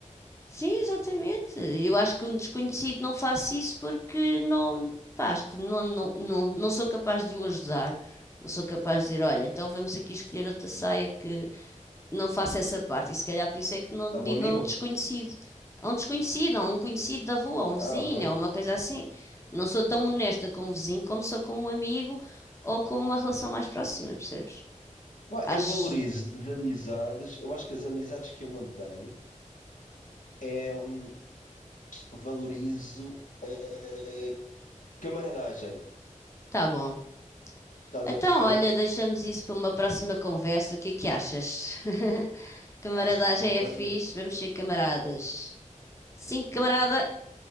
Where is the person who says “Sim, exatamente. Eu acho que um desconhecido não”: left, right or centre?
Left